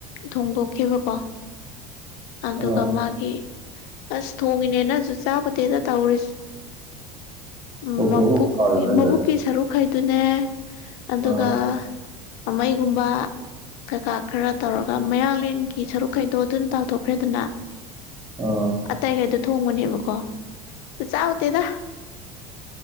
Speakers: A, on the left; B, on the right.
A: ꯊꯣꯡꯗꯣꯛ ꯀꯕꯨ ꯀꯣ ꯑꯗꯨꯒ
B: ꯑꯥ
A: ꯃꯥꯒꯤ ꯑꯁ ꯊꯣꯡꯉꯤꯅꯦ ꯅꯪꯁꯨ ꯆꯥꯕ ꯇꯦꯗ ꯇꯧꯔꯤꯁꯦ ꯎ
B: ꯆꯣꯡꯊꯣꯛꯑꯒ
A: ꯃꯕꯨꯛ
B: ꯀꯥꯎꯔꯤꯔꯣ ꯍꯥꯏꯁꯦ
A: ꯃꯕꯨꯛꯀꯤꯁꯔꯨ ꯈꯥꯏ ꯑꯗꯨꯅꯦ ꯑꯗꯨꯒ
B: ꯑꯥ
A: ꯑꯃ ꯨꯝꯕ ꯀꯩꯀꯥ ꯈꯔ ꯇꯧꯔꯒ ꯃꯌꯥꯡꯂꯦꯟꯒꯤ ꯁꯔꯨꯛ ꯀꯩꯗꯣ ꯑꯗꯨꯅ ꯇꯥꯎꯊꯣꯛꯄ ꯀꯈ꯭ꯔꯦꯗꯅ
B: ꯑꯥ
A: ꯑꯇꯩꯒꯩꯗꯣ ꯊꯣꯡꯕꯅꯦꯕꯀꯣ ꯑꯗꯨ ꯆꯥꯃꯨꯗꯦꯗ